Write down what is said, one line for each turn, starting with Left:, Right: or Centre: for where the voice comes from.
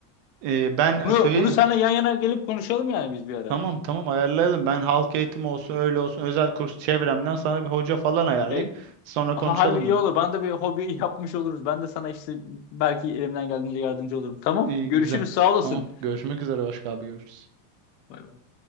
Right: e, ben
Left: Bunu
Right: söyle
Left: bunu seninle yan yana gelip konuşalım yani biz bir ara.
Right: tamam tamam ayarlayalım. Ben halk eğitim olsun öyle olsun özel kurs çevremden sana bir hoca falan ayarlayayım.
Left: E,
Right: Sonra konuşalım
Left: ha, harbi iyi
Right: bunu.
Left: olur. Bana da bir hobi <laughs> yapmış oluruz. Ben de sana işte belki elimden geldiğince yardımcı olurum. Tamam.
Right: İyi
Left: Görüşürüz.
Right: güzel.
Left: Sağ olasın.
Right: Tamam görüşmek üzere Başka abi görüşürüz.
Left: Bay bay.